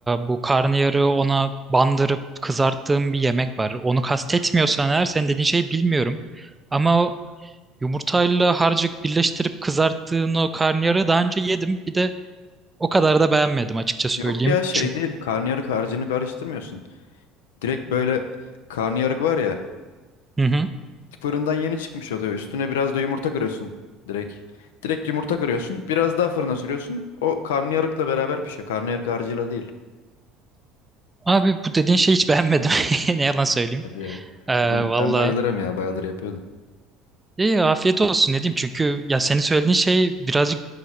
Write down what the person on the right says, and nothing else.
bu karnıyarığı ona bandırıp kızarttığım bir yemek var. Onu kastetmiyorsan eğer senin dediğin şeyi bilmiyorum. Ama o yumurtayla harcık birleştirip kızarttığın o karnıyarığı daha önce yedim. Bir de o kadar da beğenmedim açıkça söyleyeyim.
Çünkü
hı hı.
Abi bu dediğin şeyi hiç beğenmedim. <laughs> Ne yalan söyleyeyim.
E,
Vallahi
İyi afiyet olsun ne diyeyim çünkü ya senin söylediğin şey birazcık